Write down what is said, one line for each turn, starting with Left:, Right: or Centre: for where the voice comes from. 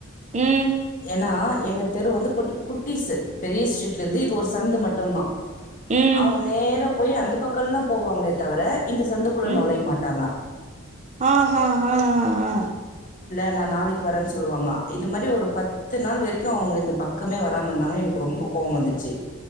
Right: ம்
Left: ஏன்னா எங்க தெரு வந்து குட்டி குட்டிஸ் பெரிய ஸ்ட்ரீட்ல இருந்து இது ஒரு சந்து மட்டுந்தா
Right: ம்
Left: அவுங் நேர போய் அந்த பக்கல்லா போவாங்களே தவர இந்த சந்துக்குள்ள
Right: ம்
Left: நொலைய மாட்டாங்க
Right: ஆ ஆஹ ஆ ஆ ஆ
Left: நா நாளைக்கு வரன் சொல்லுவாங்க இது மாதிரி ஒரு பத்து நாள் வரைக்கு அவங்க இந்த பக்கமே வராம இருந்தாங்க எனக்கு ரொம்ப கோவோ வந்துச்சு